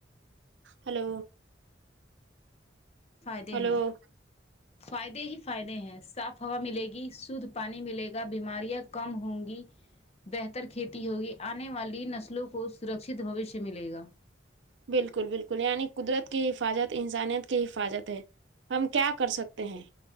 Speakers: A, on the right (about 80°); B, on the left (about 35°).
A: ہلو
B: فائدے
A: ہلو
B: ہیں فائدے ہی فائدے ہیں صاف ہوا ملے گی سدھ پانی ملے گا بیماریاں کم ہوں گی بہتر کھیتی ہوگی آنے والی نسلوں کو سرکھہ شتہ بوشیہ ملے گا
A: بالکل بالکل یعنی قدرت کی حفاظت انسانیت کی حفاظت ہے ہم کیا کر سکتے ہیں